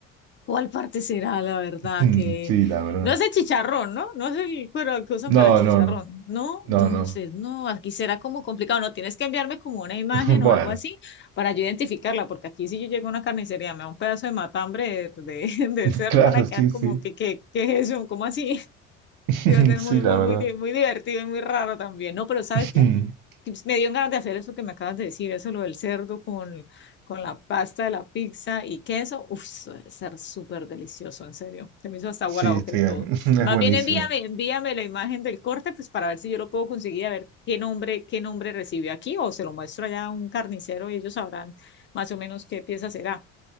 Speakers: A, on the left; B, on the right.
A: ¿Cuál parte será la verdad
B: Mm,
A: que
B: Sí, la verdad.
A: no es el chicharrón, ¿no? No es el cuero que usan para
B: No,
A: chicharrón,
B: no, no,
A: ¿no?
B: no,
A: Entonces,
B: no.
A: no, aquí será como complicado, no tienes que enviarme como una imagen
B: <laughs> Bueno,
A: o algo así para yo identificarla, porque aquí si yo llego a una carnicería, me da un pedazo de matambre de, <laughs> de, de
B: <laughs>
A: cerdo,
B: claro,
A: van a quedar
B: sí,
A: como
B: sí.
A: que qué qué es eso? ¿Cómo así? <laughs>
B: <laughs>
A: Y va a ser
B: Sí,
A: muy
B: la
A: muy
B: verdad.
A: muy di- muy divertido y muy raro también. No, pero ¿sabes
B: <laughs>
A: qué? que pues, me dio ganas de hacer eso que me acabas de decir, eso lo del cerdo con, con la pasta de la pizza y queso. Uf, eso debe ser súper delicioso, en serio. Se me hizo hasta agua
B: Sí,
A: la boca
B: sí,
A: y
B: <laughs> es
A: todo. Más
B: buenísimo.
A: bien envíame, envíame la imagen del corte, pues para ver si yo lo puedo conseguir, a ver qué nombre, qué nombre recibió aquí, o se lo muestro allá a un carnicero y ellos sabrán más o menos qué pieza será.